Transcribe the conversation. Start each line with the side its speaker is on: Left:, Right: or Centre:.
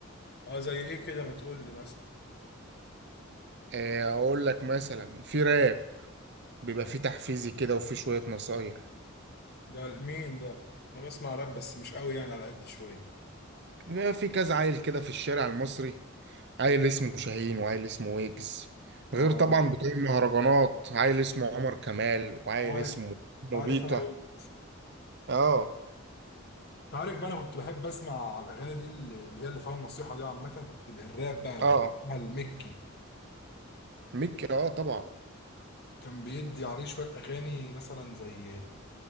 Left: اه زي ايه كده ما تقول لي مثلا
Right: آه، اقول لك مثلا في راب بيبقى فيه تحفيزي كده وفي شوية نصايح
Left: ده مين ده انا بسمع راب بس مش قوي يعني على قد شويه
Right: بيبقى في كذا عيل كده في الشارع المصري عيل اسمه شاهين وعيل اسمه ويجز
Left: اه
Right: غير طبعا بتوع المهرجانات عيل اسمه عمر كمال وعيل
Left: عارف
Right: اسمه موبيكا
Left: عارف انا وين
Right: اه
Left: عارف بقى انا كنت بحب اسمع الاغاني دي اللي اللي هي اللي فيها النصيحه دي عامه كنت بالراب بقى بسمعها
Right: اه
Left: المكي
Right: ميكي اه طبعا
Left: كان بيدي عليه شوية أغاني مثلا زي